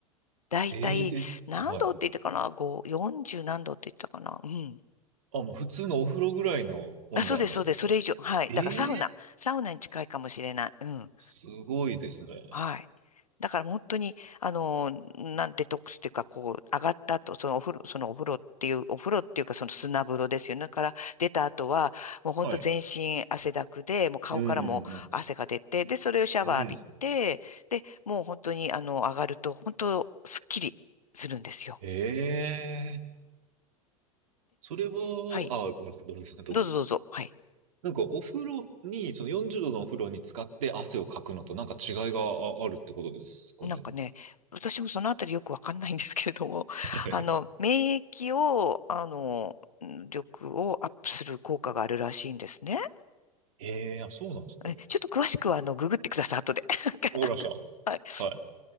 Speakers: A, on the left; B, on the right.
A: だいたい何度って言ったかな
B: えー、え、はい。
A: ?5、40何度って言ったかなうん。
B: あ、もう普通のお風呂ぐらいの温度なんですね。
A: あ、そうです、そうです。それ以上。はい。
B: ええ
A: だからサウナ。サウナに近いかもしれない。うん。
B: すごいですね。
A: はい。だから本当に、あの、なんデトックスっていうか、こう、上がった後、そのお風呂、そのお風呂っていう、お風呂っていうか、その砂風呂ですよね。から出た後は、もう本当全身汗だくで、
B: はい。
A: もう顔からも汗が出て、
B: うんうんうん。
A: で、それをシャワー浴びて、
B: うん
A: で、もう本当に、あの、上がると、本当、すっきりするんですよ。
B: ええそれは、
A: はい。
B: あ、ごめんなさい、どうぞ、どうぞ。
A: どうぞどうぞ。はい。
B: なんか、お風呂に、その40度のお風呂に使って汗をかくのとなんか違いがああるってことですかね。
A: なんかね、私もそのあたりよくわかんないんですけれども、<laughs>
B: はい。
A: あの、免疫を、あの、うん力をアップする効果があるらしいんですね。
B: ええあ、そうなんですか。
A: えちょっと詳しくは、
B: わか
A: あの、ググってください、後で。<laughs>
B: りました。
A: はい。
B: はい。